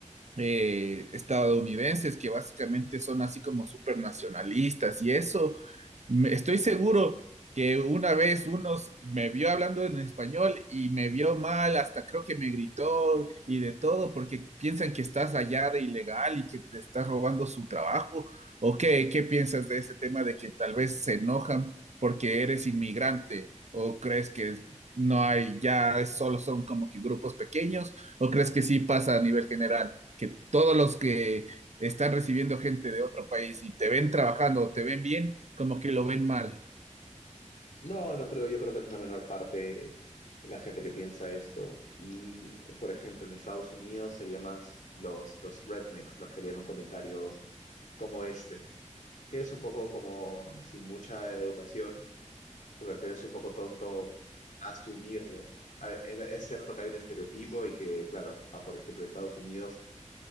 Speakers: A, on the right; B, on the left.
A: eh, estadounidenses que básicamente son así como súper nacionalistas y eso, me- estoy seguro que una vez unos me vio hablando en español y me vio mal, hasta creo que me gritó y de todo porque piensan que estás allá de ilegal y que te estás robando su trabajo. ¿O qué, qué piensas de ese tema de que tal vez se enojan porque eres inmigrante? ¿O crees que no hay, ya es- solo son como que grupos pequeños? ¿O crees que sí pasa a nivel general, que todos los que están recibiendo gente de otro país y te ven trabajando o te ven bien, como que lo ven mal?
B: No, no creo, yo creo que es una menor parte la gente que piensa esto. Y, por ejemplo, en Estados Unidos sería más los, los rednecks, los que harían un comentario como este, que es un poco como sin mucha educación, porque al final es un poco tonto asumirlo. A ver, es, es cierto que hay un estereotipo y que, claro, o sea, por ejemplo, en Estados Unidos,